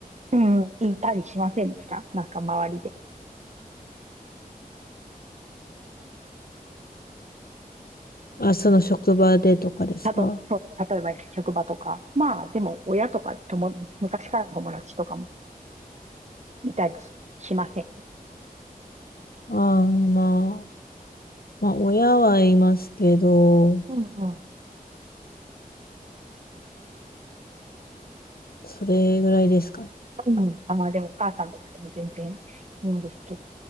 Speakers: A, on the right (about 50°); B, on the left (about 75°).
A: うん、いたりしませんでしたなんか周りで。
B: あ、その職場でとかですか
A: 例えば、そう、例えば職場とか。まあ、でも親とか友、昔からの友達とかもいたりし、しません。
B: ああ、まあ、まあ、親はいますけど、
A: うんうん。
B: それぐらいですかね。
A: うん。あ、まあでもお母さんとかでも全然いいんですけど、